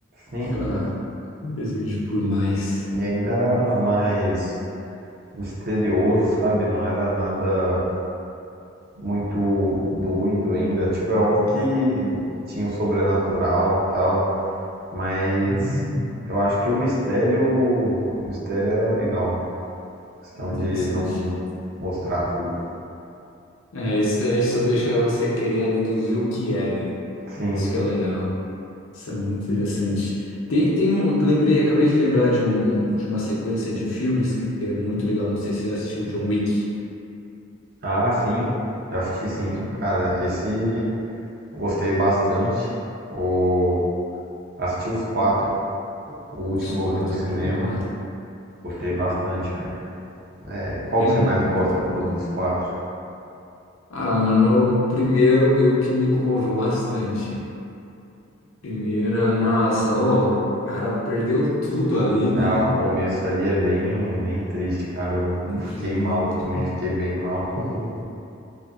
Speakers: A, on the right; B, on the left.
A: Sim,
B: Aquela desejo por mais.
A: e ainda era
B: Hum,
A: mais misterioso, sabe? Não era nada muito doido ainda. Tipo, é óbvio que tinha o sobrenatural e tal, mas
B: hum,
A: eu acho que o mistério, o mistério era legal. Questão
B: interessante.
A: de não mostrar tudo.
B: É, isso, é, isso só deixa você querer a deduzir o que é, né?
A: Sim.
B: Isso que é o legal. Isso é muito interessante. Tem, tem um, lembrei, acabei de lembrar de um, de uma sequência de filmes que é muito legal. Não sei se você assistiu John Wick.
A: Ah, sim. Já assisti sim.
B: Pra,
A: Cara, esse gostei bastante. O... Assisti os quatro. O último
B: os quatro,
A: eu vi no cinema.
B: boa.
A: Gostei bastante, cara. É, qual
B: É
A: que
B: muito
A: você mais gosta do-
B: bom.
A: dos quatro?
B: Ah, mano, o primeiro meio que me comoveu bastante. Primeiro, nossa, ó, o cara perdeu tudo ali,
A: Ah,
B: né?
A: o começo ali é bem, bem triste, cara. Eu
B: Gente,
A: fiquei mal também, fiquei bem mal. <laughs>